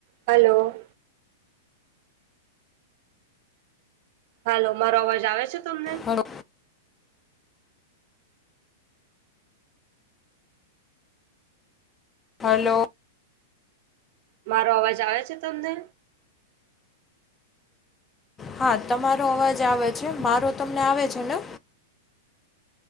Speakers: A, on the right (about 45°); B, on the left (about 15°).
A: Hello. Hello મારો અવાજ આવે છે તમને?
B: Hello hello.
A: મારો અવાજ આવે છે તમને
B: હા તમારો અવાજ આવે છે મારો તમને આવે છે ને